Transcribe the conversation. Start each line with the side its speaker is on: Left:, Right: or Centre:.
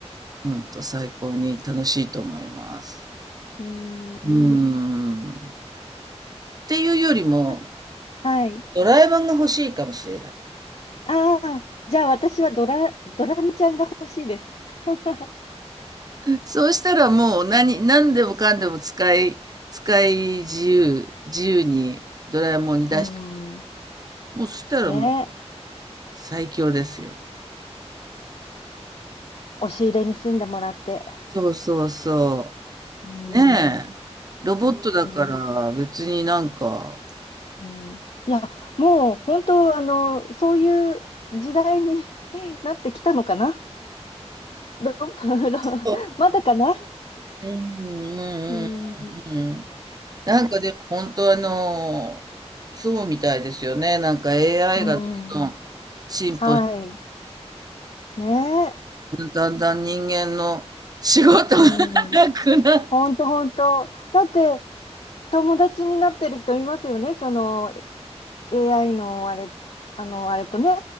Right: ほんと最高に楽しいと思います。
Left: うん。
Right: うん。っていうよりも、
Left: あはい。
Right: ドラえもんが欲しいかもしれない。
Left: ああ、じゃあ私はドラ、ドラミちゃんが欲しいです。<laughs>
Right: そうしたらもう何、何でもかんでも使い、使い自由、自由にドラえもんに出して、
Left: うん。
Right: もうそしたらもう
Left: ねえ。
Right: 最強ですよ。
Left: 押し入れに住んでもらって。
Right: そうそうそ
Left: うん。
Right: う。ねえ。ロボットだから別になんか、
Left: うん。うん。いや、もう本当、あの、そういう時代に <laughs> なってきたのかなど、<laughs>
Right: う
Left: まだかな
Right: んうん
Left: うん。
Right: うんうん。なんかでも本当あの、そうみたいですよね。なんか AI
Left: うん。
Right: がどんどん進歩し、
Left: はい。ねえ。
Right: だんだん人間の仕事が
Left: うん。
Right: <laughs> なくなっ
Left: 本当本当。だって、友達になってる人いますよね。その、AI のあれ、あの、あれとね、